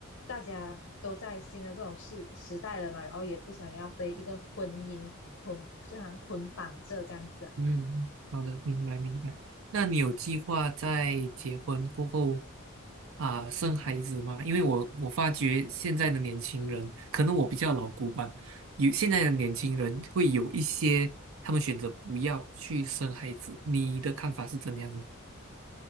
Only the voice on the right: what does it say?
嗯，好的，明白明白。那你有计划在结婚过后啊、生孩子吗？因为我我发觉现在的年轻人，可能我比较老古板，有现在的年轻人会有一些他们选择不要去生孩子，你的看法是怎样的？